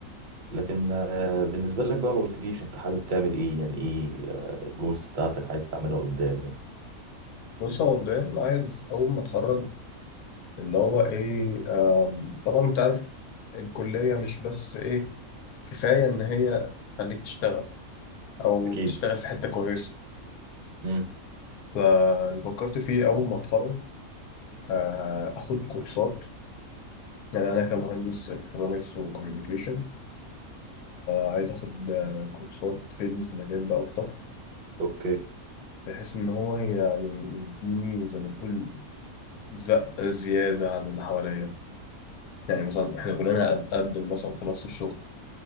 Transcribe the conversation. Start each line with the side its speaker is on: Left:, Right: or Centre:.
Right: لكن آه، بالنسبة لك بقى ما قلتليش انت حابب تعمل ايه يعني ايه الجولز بتاعتك عايز تعملها قدام يعني
Left: بص هو مبدئيا عايز اول ما اتخرج اللي هو ايه آم، طبعا انت عارف الكلية مش بس ايه كفاية ان هي تخليك تشتغل او
Right: اكيد
Left: تشتغل في حتة كويسة
Right: امم
Left: فاللي فكرت فيه اول ما اتخرج آه، اخد كورسات يعني انا كمهندس الكترونكس وكوميونيكيشن عايز اخد آه، كورسات تفيدني في المجال ده اكتر
Right: اوكي
Left: بحيث إن هو يعني يديني زي ما تقول زق زيادة عن اللي حواليا يعني مثلا إحنا كلنا هنقدم مثلا في نفس الشغل